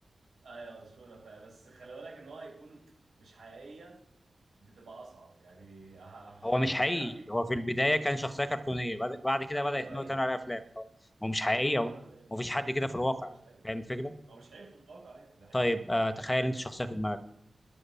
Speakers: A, on the right; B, on the left.
A: ايوه صورة فعلا بس خلي بالك ان هو هيكون مش حقيقية بتبقى اصعب يعني ه-
B: هو مش
A: هعملها
B: حقيقي
A: فيك
B: هو في البدايه كان شخصيه كرتونيه بعد بعد كده
A: ايوه
B: بدات ان
A: ايوه
B: هو تعمل عليها افلام هو هو مش
A: ايوه
B: حقيقي
A: ما
B: هو
A: ايوه
B: مفيش
A: فاهم
B: حد كده في الواقع
A: هو مش حقيقي
B: فاهم الفكره
A: هو مش حقيقي في الواقع ايوه ده حقيقة
B: طيب
A: فعلا
B: آه تخيل انت شخصيه في دماغك